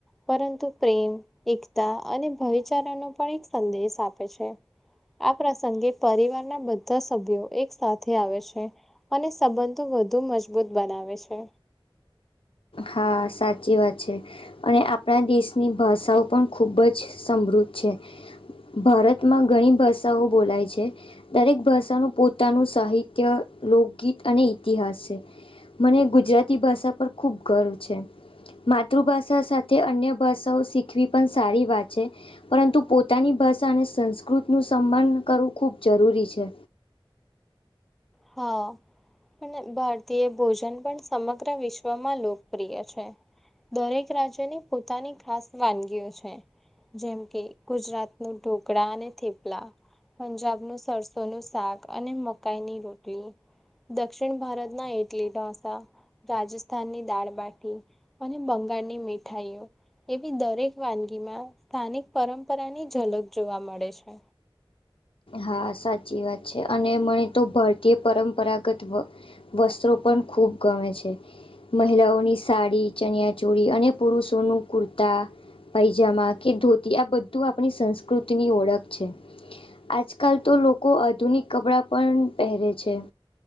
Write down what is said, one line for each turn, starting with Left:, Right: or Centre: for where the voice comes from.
Centre: પરંતુ પ્રેમ, એકતા અને ભાઈચારાનો પણ એક સંદેશ આપે છે. આ પ્રસંગે પરિવારના બધા સભ્યો એક સાથે આવે છે, અને સંબંધો વધુ મજબૂત બનાવે છે.
Left: હા, સાચી વાત છે. અને આપણા દેશની ભાષાઓ પણ ખૂબ જ સમૃદ્ધ છે. ભારતમાં ઘણી ભાષાઓ બોલાય છે. દરેક ભાષાનું પોતાનું સાહિત્ય, લોકગીત અને ઈતિહાસ છે. મને ગુજરાતી ભાષા પર ખૂબ ગર્વ છે. માતૃભાષા સાથે અન્ય ભાષાઓ શીખવી પણ સારી વાત છે. પરંતુ પોતાની ભાષા અને સંસ્કૃતિનું સન્માન કરવું ખૂબ જરૂરી છે.
Centre: હા.. અને ભારતીય ભોજન પણ સમગ્ર વિશ્વમાં લોકપ્રિય છે. દરેક રાજ્યની પોતાની ખાસ વાનગીઓ છે. જેમ કે ગુજરાતનાં ઢોકળાં અને થેપલાં, પંજાબનું સરસોનું શાક અને મકાઈ ની રોટલી, <inaudible> દક્ષિણ ભારતના ઇડલી, ઢોસા, રાજસ્થાનની દાળ-બાટી અને બંગાળની મીઠાઈઓ, એવી દરેક વાનગીઓમાં સ્થાનિક પરંપરાની ઝલક જોવા મળે છે.
Left: હા, સાચી વાત છે અને મને તો ભારતીય પરંપરાગત વસ્ત્રો પણ ખૂબ ગમે છે. મહિલાઓની સાડી, ચનિયા ચોળી અને પુરુષોના કુર્તા પાયજામા કે ધોતી આ બધું આપણી સંસ્કૃતિની ઓળખ છે આજ કાલ તો લોકો આધુનિક કપડાં પણ પહેરે છે.